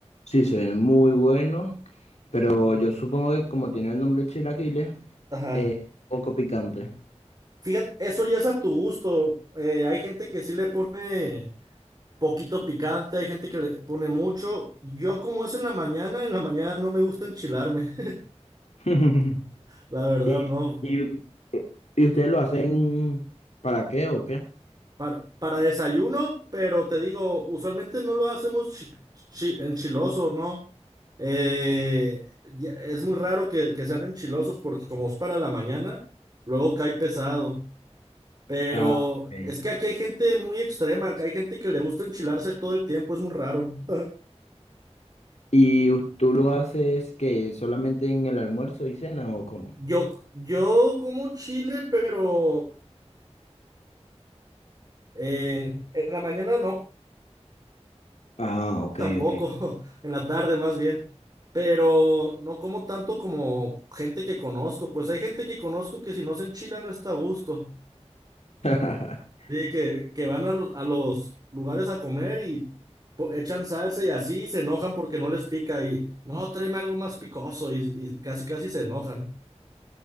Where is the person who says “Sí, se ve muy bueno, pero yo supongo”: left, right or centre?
Left